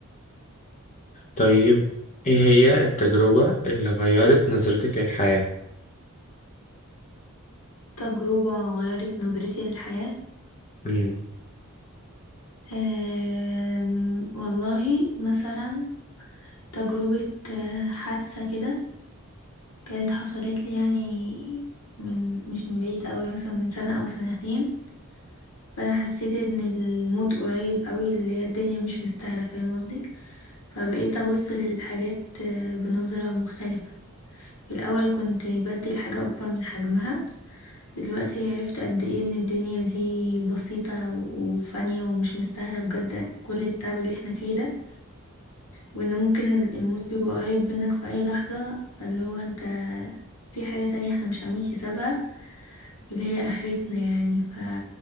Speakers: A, on the left (about 35°); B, on the left (about 80°).
A: طيب ايه هي التجربة اللي غيرت نظرتك للحياة؟
B: تجربة غيرت نظرتي للحياة
A: مم،
B: آم، والله مثلا تجربة آه، حادثة كده كانت حصلت لي يعني من مش من بعيد قوي مثلا من سنة أو سنتين فأنا حسيت إن الموت قريب قوي اللي هي الدنيا مش مستاهلة فاهم قصدي فبقيت أبص للحاجات آه، بنظرة مختلفة في الأول كنت بدي الحاجة أكبر من حجمها دلوقتي عرفت قد إيه إن الدنيا دي بسيطة و- وفانية ومش مستاهلة بجد كل التعب اللي احنا فيه ده وان ممكن ال- الموت بيبقى قريب منك في اي لحظة اللي هو انت في حاجة تانية احنا مش عاملين حسابها واللي هي اخرتنا يعني ف...